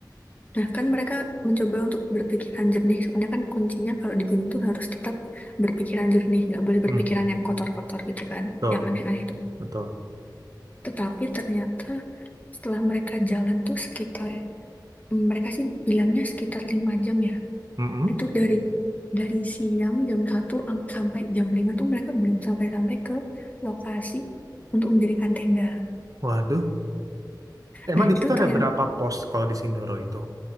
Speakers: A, on the left; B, on the right.
A: Nah, kan mereka mencoba untuk berpikiran jernih. Soalnya kan kuncinya kalau di gunung tuh harus tetap berpikiran jernih. Nggak boleh
B: Hmm,
A: berpikiran yang kotor-kotor gitu kan.
B: betul,
A: Yang aneh-aneh itu.
B: betul.
A: Tetapi ternyata setelah mereka jalan tuh sekitar, mereka sih bilangnya sekitar 5 jam ya.
B: Mm-mm.
A: Itu dari dari siang jam satu am- sampai jam 5 tuh mereka belum sampai-sampai ke lokasi untuk mendirikan tenda.
B: Waduh, emang
A: Nah,
B: di
A: itu
B: situ ada
A: ternyata.
B: berapa pos kalau di Sindoro itu?